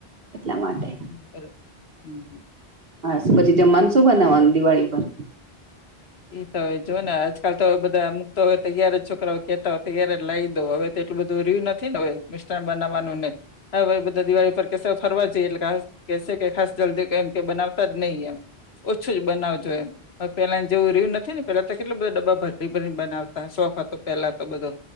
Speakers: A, on the right; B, on the left.
A: એટલા માટે.
B: બરોબર હમ
A: હ પછી જમવાનું શું બનાવાનું દિવાળી પર?
B: ઈ તોય જો ને આજકાલ તો બધા અમુકતો હોય તો તૈયાર જ છોકરાઓ કેતા હોય તો તય્યારે જ લાવી દો હવે. તેટલું બધું રહ્યું નથી ને મિષ્ટાન બનાવવાનું ને? હા ભાઈ બધા દિવાળી પર સ્પેશિયલ ફરવા જઈએ એટલે કેસે ખાસ જલ્દી એમ કે બનાવતા જ નહી એમ ઓછું જ બનાવજો એમ પેલા જેવું રહ્યું નથી ને પેલા તો કેટલો બધા ડબ્બા ભરી ભરી બનાવતા સોફા તો પેલા તો બધો.